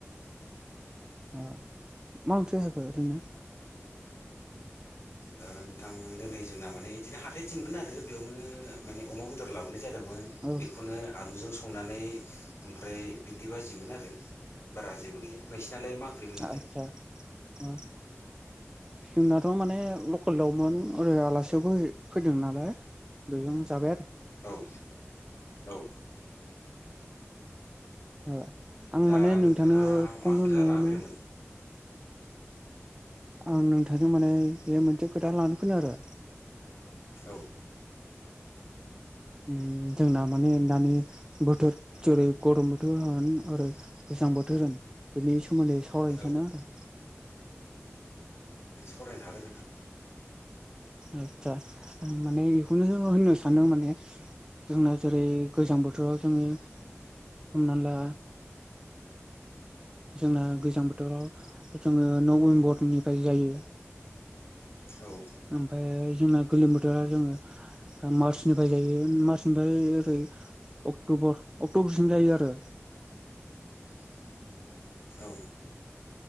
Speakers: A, on the right; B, on the left.
A: ओ मा ओंख्रि हाखो ओरैनो।
B: दा नोंथां दिनै जोंना माने इदिनो हाथाय दिनमोन आरो बेयावनो माने अमा बेदर लाबोनाय जा जादोंमोन
A: औ
B: बेखौनो आलुजों संनानै ओमफ्राय बिन्दि बाजिमोन आरो। बारा जेबो गैया नोंसिनालाय मा ओंख्रिमोन ओमफ्राय?
A: आदसा अ
B: <inaudible>
A: जोंनाथ' माने लकेल दावमोन ओरै आलासियाबो फैदों नालाय। बेजों जाबाय आरो।
B: औ औ।
A: ओ आं
B: दा
A: माने
B: नोंथाङा
A: नोंथांनो फन
B: मा खोथा
A: होरनायानो
B: लाना फैदोंमोन
A: आं नोंथांजों माने बे मोनसे खोथा लानो फैनो आरो।
B: औ।
A: ओम जोंना माने दानि बोथोर जेरै गरम बोथोर होन ओरै गोस गोजां बोथोर होन बेनि सोमोन्दै सावरायनो
B: औ
A: सानो आरो।
B: फरायनो हागोन नोंथां।
A: आतसा आं माने बेखौनो होननो सानो माने जोंना जेरै गोजां बोथोराव जोङो हमना ला जोंना गोजां बोथोराव जोङो नभेम्बरनिफ्राय जायो।
B: औ।
A: ओमफाय जोंना गोलोम बोथोरा जोङो मार्चनिफ्राय जायो मार्चनिफ्राय ओरै अक्ट'बर अक्ट'बरसिम जायो आरो।
B: <inaudible> औ